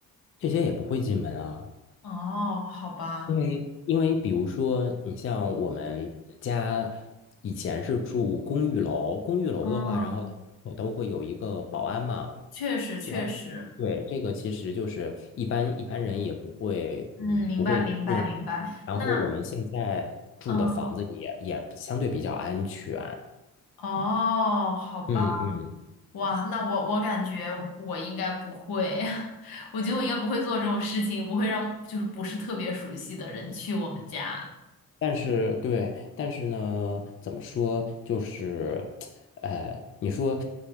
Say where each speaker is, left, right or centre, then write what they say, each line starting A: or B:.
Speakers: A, on the left; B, on the left.
A: 这些也不会进门啊，
B: 哦，好吧。
A: 因为因为比如说，你像我们家以前是住公寓楼，公寓楼的话，
B: 嗯，
A: 然后它我都会有一个保安嘛。
B: 确实确实。
A: 然后对，这个其实就是一般一般人也不会，
B: 嗯，
A: 嗯，
B: 明白明白明白。
A: 不会进了。然后我们现在住的房子也也相对比较安全，
B: 那嗯，哦，好吧。
A: 嗯嗯
B: 哇，那我我感觉我应该不会，<laughs> 我觉得我应该不会做这种事情，不会让就是不是特别熟悉的人去我们家。
A: 但是对，但是呢，怎么说，就是，呃，你说